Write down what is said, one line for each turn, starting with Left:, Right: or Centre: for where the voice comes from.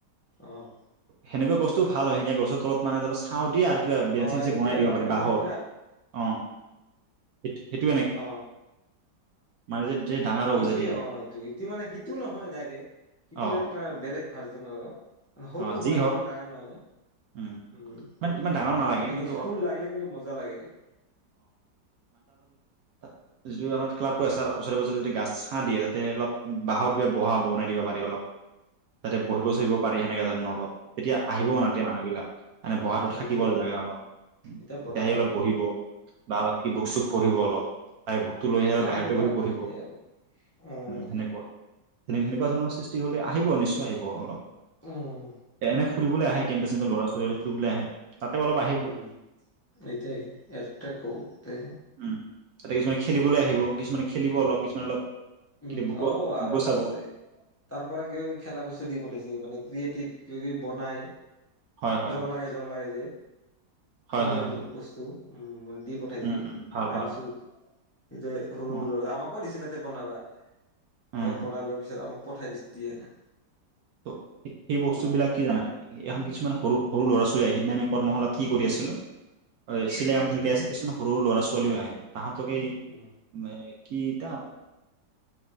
Left: অঁ।
Right: সেনেকোৱা বস্তু ভাল হয়। এনেই গছৰ তলত মানে ধৰ ছাঁও দিয়ে আৰ কিবা বেন্স
Left: অ
Right: চেন্স
Left: এইটাই
Right: বনাই দিব
Left: লগালো
Right: পাৰি বাঁহৰ।
Left: যে সিদিনা
Right: অ। <unintelligible>
Left: অ
Right: মানে যে যে ডাঙৰ হ'ব
Left: ইটোৱে
Right: যেতিয়া
Left: অ এইটো সিটো মানে সিটো নহয় ডাইৰেক্ট সিটোৰ
Right: অ
Left: এটা বেলেগ ভাৰ্জন আৰু। সৰু
Right: অ যি
Left: হয়,
Right: হওক
Left: ইমান ডাঙৰ নহয়।
Right: উম
Left: উম,
Right: ইমান ইমান ডাঙৰো নালাগে কিন্তু
Left: ফুল
Right: অ
Left: লাগলে কিন্তু মজা লাগে।
Right: ত যিটো আমাৰ ক্লাবটো আছে ওচৰে পাজৰে যদি গাছ ছাঁ দিয়ে তাতে অলপ বাঁহৰ কিবা বহা বনাই দিব পাৰি অলপ। তাতে বহিব
Left: উম
Right: চহিব পাৰ যেন অলপ তেতিয়া আহিবও
Left: উম
Right: ৰাতি মানুহবিলাক মানে বহাটো
Left: সেইটোয়ে
Right: থাকিব লাগে অলপ।
Left: এতিয়া
Right: তেতিয়া
Left: বনাম
Right: আহি অলপ বহিব বা অলপ কি বুক চুক পঢ়িব অলপ। তাৰে বুকটো লৈ আহি অলপ
Left: টাইম
Right: বাহিৰতে
Left: দিব
Right: বহি
Left: লাগিব
Right: পঢ়িব
Left: সেইটোৱে আৰু উম
Right: সেনেকুৱা সেনে সেনেকুৱা ধৰণৰ সৃষ্টি হ'লে আহিব নিশ্চয় আহিব। অলপ এনে
Left: উম
Right: ফুৰিবলে আহে কেম্পে-চেম্পে ল'ৰা-ছোৱালী ফুৰিবলে আহে। তাতে অলপ আহিব
Left: উম এতিয়া একটা কোবতে
Right: উম। তাতে কিছুমানে খেলিবলৈ আহিব। কিছুমানে খেলিব অলপ, কিছুমানে অলপ
Left: উম
Right: কিবা বুকু
Left: অ আৰু
Right: বুকু
Left: এটা
Right: চাব।
Left: আছে।। তাৰ পৰা কিবা-কিবি খেলা বস্তু দি পঠাইছে মানে ক্ৰিয়েটিভ কিবা কিবি বনাই
Right: হয় হয়,
Left: জোৰা লগাই, জোৰা লগাই যে। সৰু-সৰু
Right: হয় হয় হয়,
Left: বস্তু উম মান দি পঠাইছে।
Right: উম উম, ভাল
Left: আনছো
Right: ভাল
Left: এটিয়া সৰু
Right: অ'
Left: সৰু লৰা আমাকো দিছিলে। তে বনাবা।
Right: উম।
Left: এই বনাই লৈ পিছত আমুক পঠাই দি দিয়ে না
Right: ত সেই
Left: বনাব
Right: বস্তু বিলাক
Left: পৰা
Right: কি জানা, নাই এখন কিছুমান সৰু-সৰু ল'ৰা-ছোৱালী এ সিদিনা আমি কৰ্মশালাত কি কৰি আছিলোঁ? হয়
Left: উম
Right: চিলাই কাম শিকাই আছিলোঁ। সৰু- সৰু ল'ৰা-ছোৱালীও আহে তাহাত বাকী
Left: উম
Right: মেই কিতাপ